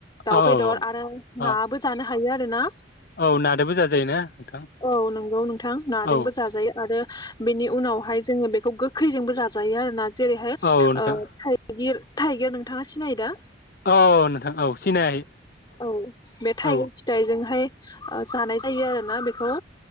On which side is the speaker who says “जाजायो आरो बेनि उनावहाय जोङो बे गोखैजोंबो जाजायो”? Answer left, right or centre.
Left